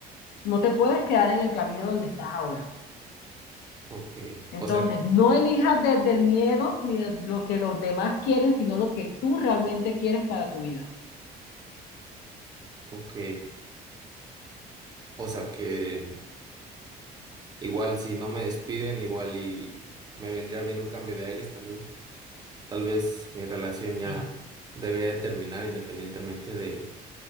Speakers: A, on the left; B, on the right.
A: No te puedes quedar en el camino donde estás ahora.
B: Ok,
A: Entonces,
B: o sea,
A: no elijas desde el miedo ni desde lo que los demás quieren, sino lo que tú realmente quieres para tu vida.
B: ok, o sea que igual si no me despiden, igual y me vendría bien un cambio de aires, tal vez, tal vez mi relación ya
A: Sí.
B: debería de terminar independientemente del,